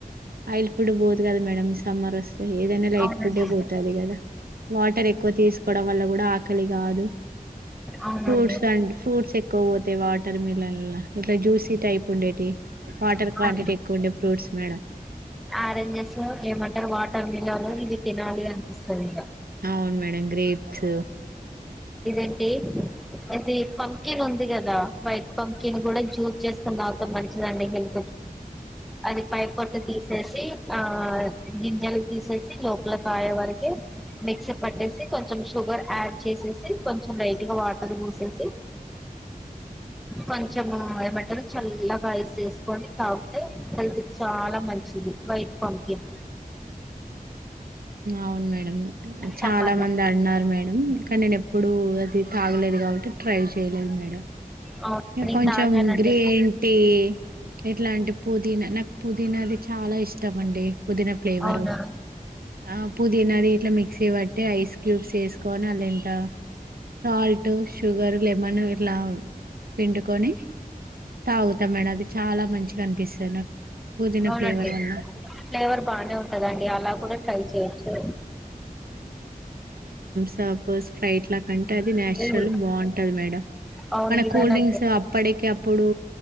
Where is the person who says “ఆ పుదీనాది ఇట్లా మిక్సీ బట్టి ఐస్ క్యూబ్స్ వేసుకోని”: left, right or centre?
Right